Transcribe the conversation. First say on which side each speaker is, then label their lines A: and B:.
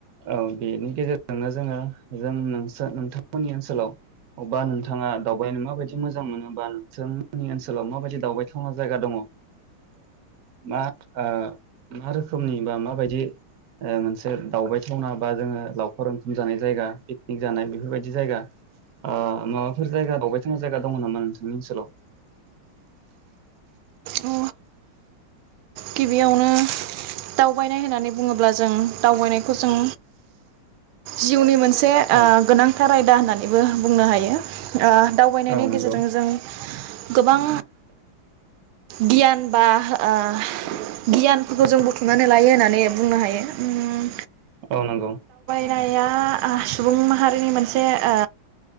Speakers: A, on the right (about 55°); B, on the right (about 85°).
A: औ। बेनि गेजेरजोंनो जोङो जों नोंस नोंथांमोननि ओनसोलाव अबा नोंथाङा दावबायनो माबायदि मोजां मोनो बा नोंसांमोननि ओनसोलाव माबायदि दावबायथावना जायगा दङ ओ मा आ मा रोखोमनि बा माबायदि। ओ मोनसे दावबायथावना बा जोङो लावखार ओंखाम जानाय जायगा पिकनिक जानाय बेफोरबायदि जायगा ओ माबाफोर जायगा दावबायथावना जायगा दङ नामा नोंथांनि ओनसोलाव।
B: अ गिबियावनो दावबायनाय होननानै बुङोब्ला जों दावबायनायखौ जों जिउनि मोनसे। से ओ
A: औ
B: गोनांथार आयदा होननानै बेबो बुंनो हायो। ओ दावबायनायनि
A: औ
B: गेजेरजों
A: नंगौ
B: जों। गोबां गियान बा ओह। गियानफोरखौ जों बुथुमनानै लायो होननानै बुंनो हायो उम।
A: औ नंगौ।
B: नाया ओ सुबुं माहारिनि मोनसे ओ